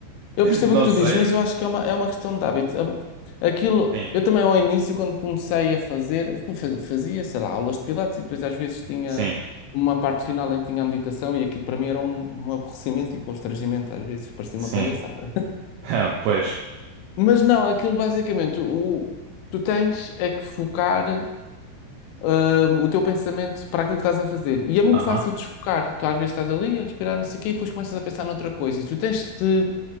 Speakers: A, on the left (about 85°); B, on the right (about 85°).
A: Eu percebo
B: Não
A: o que tu
B: sei.
A: dizes, mas eu acho que é uma, é uma questão de hábito. Aquilo,
B: Sim,
A: eu também ao início, quando comecei a fazer, pô, fa- fazia, sei lá, aulas de pilates e depois às vezes tinha
B: sim,
A: uma parte final em que tinha a meditação e aquilo para mim era um, um aborrecimento e constrangimento, às vezes parecia
B: sim.
A: uma palhaçada.
B: <laughs> Ah, Pois.
A: <laughs> Mas não, aquilo basicamente, o, tu tens é que focar hum, o teu pensamento para aquilo que estás a fazer. E é muito
B: Aham.
A: fácil desfocar. Tu às vezes estás ali a respirar, não sei o quê, e depois começas a pensar noutra coisa. E tu tens que te